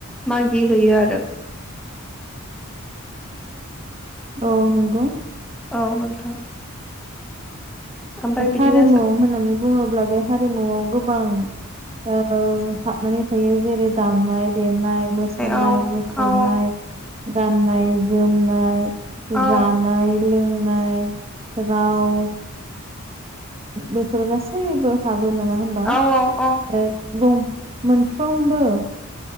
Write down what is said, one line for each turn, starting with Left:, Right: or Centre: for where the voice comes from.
Centre: मागि हैैयो आरो।
Right: औ नंगौ
Centre: औ नोंथां ओमफ्राय बिदिनो
Right: हारिमु होननानै बुङोब्ला बे हारिमुआव गोबां ओ हाबनानै थायो जेरै दामनाय देनाय 'मोसानाय
Centre: औ
Right: 'मसुरनाय
Centre: औ
Right: गाननाय जोमनाय
Centre: औ
Right: जानाय लोंनाय राव बेफोर गासैबो हाबो नङा हबा
Centre: औ औ औ
Right: ओ बुं मोनफ्रोमबो